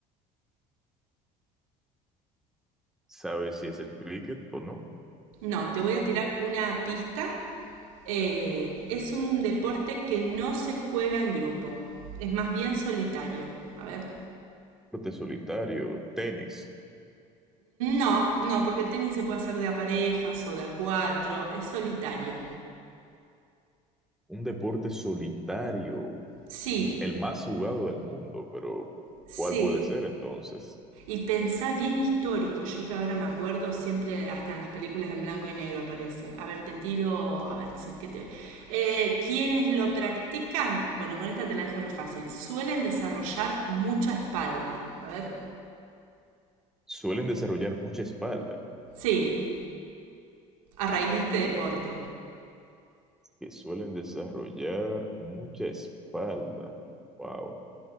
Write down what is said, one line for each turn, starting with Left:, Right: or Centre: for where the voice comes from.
Centre: ¿Sabes si es el cricket o no?
Right: No, te voy a tirar una pista. Eh, es un deporte que no se juega en grupo. Es más bien solitario. A ver.
Centre: Deporte solitario, tenis.
Right: No, no, porque el tenis se puede hacer de a parejas o de a cuatro. Es solitario.
Centre: Un deporte solitario,
Right: Sí,
Centre: m- el más jugado del mundo, pero
Right: sí.
Centre: ¿cuál puede ser entonces?
Right: Y pensá bien histórico, yo que ahora me acuerdo siempre, hasta en las películas en blanco y negro aparece. A ver, te tiro, a ver si que te. Eh, Quienes lo practican, bueno, con esta te la dejo re fácil, suelen desarrollar mucha espalda. A ver.
Centre: Suelen desarrollar mucha espalda,
Right: Sí, a raíz de este deporte.
Centre: que suelen desarrollar mucha espalda. Wow.